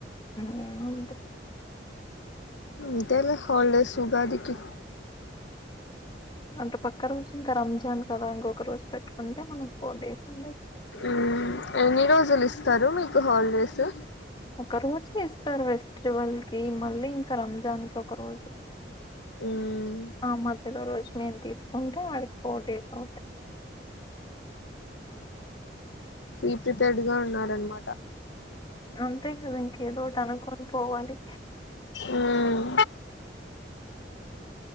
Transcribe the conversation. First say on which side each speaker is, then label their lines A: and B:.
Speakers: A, on the left; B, on the left.
A: నేను అంతే
B: అంతేలె హాలీడేస్ ఉగాదికి
A: అంటే పక్క రోజు ఇంకా రంజాన్ కదా ఇంకొక రోజు పెట్టుకుంటే మనం ఫోర్ డేస్ ఉండదు
B: మ్మ్ ఎన్ని రోజులు ఇస్తారు మీకు హాలిడేసు
A: ఒక రోజే ఇస్తారు ఫెస్టివల్ కి మళ్ళీ ఇంకా రంజాన్ కి ఒక రోజు
B: మ్మ్
A: ఆ మధ్యలో రోజు మేము తీసుకుంటే వాడికి ఫోర్ డేస్ అవుతాయి
B: ప్రీ ప్రిపేర్డ్ గా ఉన్నారనమాట
A: అంతే కదా ఇంకేదో ఒకటి అనుకొని పోవాలి
B: ఉమ్